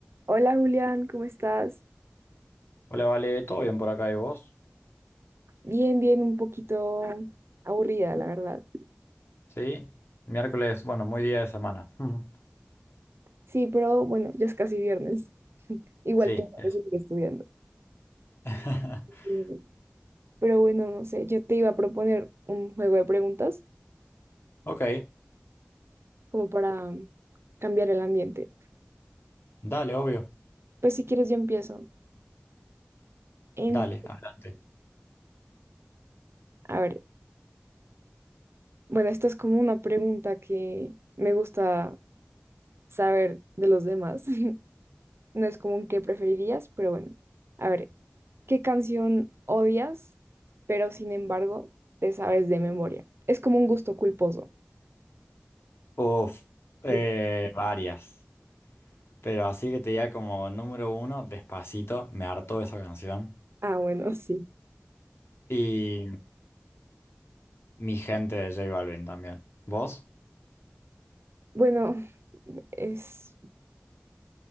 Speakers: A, on the right (about 75°); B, on the left (about 65°).
A: Hola Julián, ¿cómo estás?
B: Hola, Vale, ¿todo bien por acá y vos?
A: Bien, bien, un poquito aburrida, la verdad.
B: Sí, miércoles, bueno, muy día de semana. <laughs> Ujú.
A: Sí, pero bueno, ya es casi viernes. Igual
B: Sí,
A: tengo
B: eso.
A: que seguir estudiando.
B: <laughs>
A: Mm, Pero bueno, no sé, yo te iba a proponer un juego de preguntas
B: Ok,
A: como para cambiar el ambiente.
B: dale, obvio,
A: Pues si quieres yo empiezo. En,
B: dale, adelante.
A: a ver, bueno, esta es como una pregunta que me gusta saber de los demás. <laughs> No es como un qué preferirías, pero bueno. A ver, ¿Qué canción odias, pero sin embargo te sabes de memoria? Es como un gusto culposo.
B: Uf, eh,
A: De-
B: varias, pero así que te diga como número uno, Despacito, me hartó esa canción.
A: Ah, bueno, sí.
B: Y Mi Gente de J Balvin también. ¿Vos?
A: Bueno, es,